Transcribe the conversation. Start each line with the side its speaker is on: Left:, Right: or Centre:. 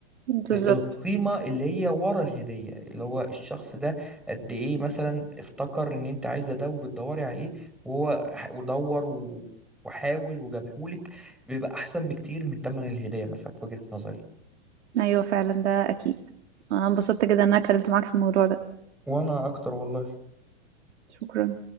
Right: بالظبط
Centre: القيمة اللي هي ورا الهدية اللي هو الشخص ده قد ايه مثلا افتكر ان انت عايزة ده وبتدوري عليه وهو ح- ودور و- وحاول وجابهولك بيبقى احسن بكتير من تمن الهدية مثلا في وجهة نظري
Right: أيوة فعلا ده أكيد أنا انبسطت جدا إن أنا اتكلمت معاك في الموضوع ده
Centre: وانا اكتر والله
Right: شكرا